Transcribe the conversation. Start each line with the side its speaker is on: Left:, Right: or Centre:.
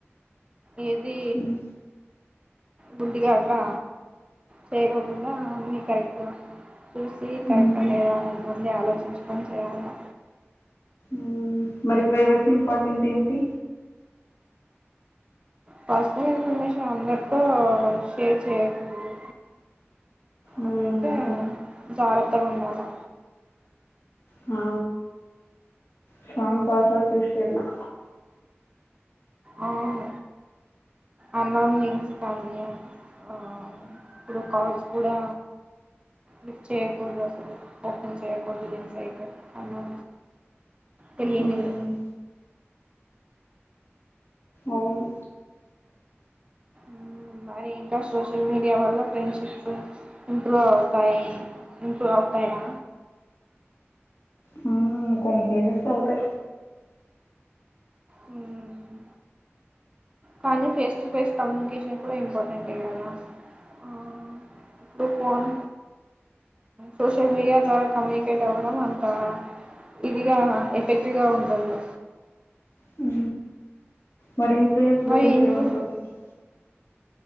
Right: ఈసీ
Left: మ్మ్
Right: గుడ్డీగా అట్లా చేయకోకుండా అన్నీ కరెక్ట్గా చూసి కరెక్ట్
Left: మ్మ్
Right: టా లేదానేది మందే ఆలోచించుకొని చేయాలా
Left: మ్మ్ మరి ప్రైవసీ ఇంపార్టెంట్ ఏంటి
Right: పర్సనల్ ఇన్ఫర్మేషన్ అందరితో షేర్ చేయకూడదు
Left: మ్మ్
Right: అదైతే జాగ్రత్తగా ఉండాలా
Left: ఆ స్ట్రాంగ్ పాస్వర్డ్స్ యూస్ చేయాలా
Right: అవును ఆన్కౌణ్ వింగ్స్ కమ్యూ ఆ ఇప్పుడు కాల్స్ కూడా లిఫ్ట్ చేయ్యకూడదు అసలు ఓపెన్ చేయకూడదు లింక్స్ అయితే అన్నౌ తెలియనిల్
Left: హ్మ్. అవును.
Right: ఉ మరి ఇంకా సోషల్ మీడియా వల్ల ఫ్రెండ్షిప్స్ ఇంప్రూవ్ అవుతాయి ఇంప్రూవ్ అవు తాయా
Left: హ్మ్. కొన్ని కేజెస్లో అవుతా
Right: హ్మ్ కానీ ఫేస్ టు ఫేస్ కమ్యూనికేషన్ కూడా ఇంపార్టెంట్ కదా ఆ టూ ఫోన్ సోషల్ మీడియా ద్వారా కమ్యూనికేట్ అవడం అంతా ఇదిగా ఎఫెక్ట్గా ఉండదు
Left: హ్ మరి ఇన్ఫ్లుయెన్స్ గురించి
Right: మరి ఇంట్లో
Left: ఏమ అనుకుంటున్నా